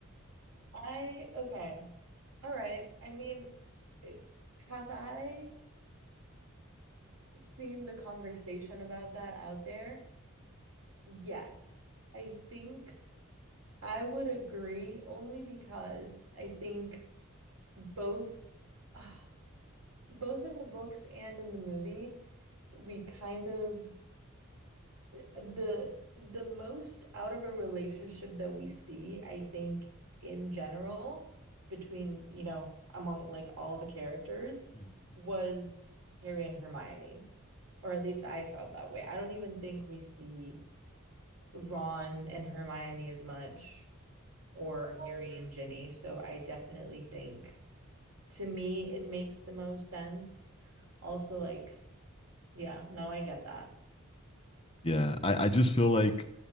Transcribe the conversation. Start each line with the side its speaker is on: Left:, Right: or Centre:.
Right: I, okay. All right. I mean, eh, have I seen the conversation about that out there? Yes. I think I would agree only because I think both,
Left: <laughs>
Right: <sighs> ah, both in the books and in the movie, we kind of the the most out of a relationship that we see, I think in general, between, you know, among like all the characters
Left: Mhm.
Right: was Harry and Hermione. Or at least I felt that way. I don't even think we see Ron and Hermione as much or Harry and Ginny. So I definitely think to me it makes the most sense. Also like, yeah, no, I get that.
Left: Yeah, I, I just feel like